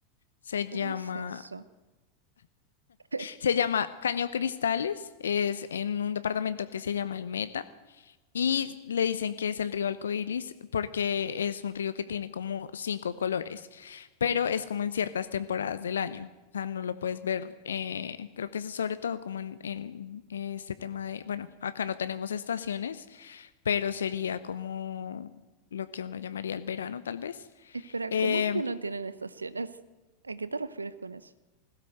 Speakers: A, on the left; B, on the right.
A: Se
B: ¿Cómo
A: llama,
B: es eso? <laughs>
A: se llama Caño Cristales. Es en un departamento que se llama El Meta. Y le dicen que es el río Alcoilis porque es un río que tiene como cinco colores, pero
B: Oh,
A: es como en ciertas temporadas del año. O sea, no lo puedes ver. eh, creo que eso es sobre todo como en, en eh, este tema de, bueno, acá no tenemos estaciones, pero sería como lo que uno llamaría el verano, tal vez.
B: espera,
A: Eh,
B: ¿cómo que no tienen estaciones? ¿A qué te refieres con eso?